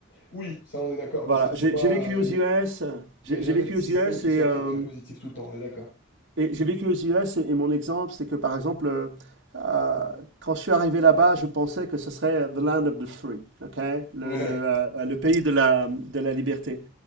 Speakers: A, on the left; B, on the right.
A: Oui, ça on est d'accord,
B: Voilà,
A: parce que c'est
B: j'ai
A: pas.
B: j'ai vécu aux
A: Il
B: US,
A: y a,
B: j'ai
A: y a jamais
B: j'ai vécu
A: de système
B: aux US
A: qui
B: et,
A: soit
B: euh,
A: très très positif tout le temps, on est d'accord.
B: et j'ai vécu aux US et, et mon exemple, c'est que par exemple, euh, euh, quand je suis arrivé là-bas, je pensais que ce serait the land of the free, ok, le,
A: Ouais,
B: le, euh, le pays de la, de la liberté.